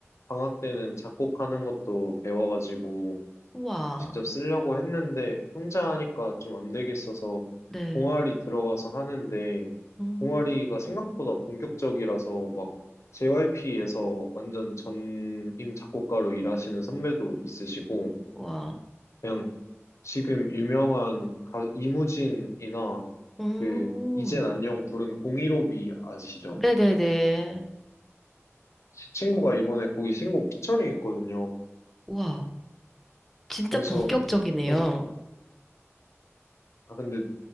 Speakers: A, on the left (about 70°); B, in the centre.
A: 방학 때는 작곡하는 것도 배워가지고
B: 우와,
A: 직접 쓰려고 했는데 혼자 하니까 좀 안 되겠어서
B: 네.
A: 동아리 들어가서 하는데
B: 음,
A: 동아리가 생각보다 본격적이라서 막 JYP에서 완전 전임 작곡가로 일하시는 선배도 있으시고
B: 우와,
A: 그냥 지금 유명한 가- 이무진이나
B: 음,
A: 그 이젠 안녕 부른 015비 아시죠?
B: 네네네.
A: 제 친구가 이번에 거기 신곡 피처링 했거든요.
B: 우와, 진짜
A: 그래서
B: 본격적이네요.
A: 그런 아 근데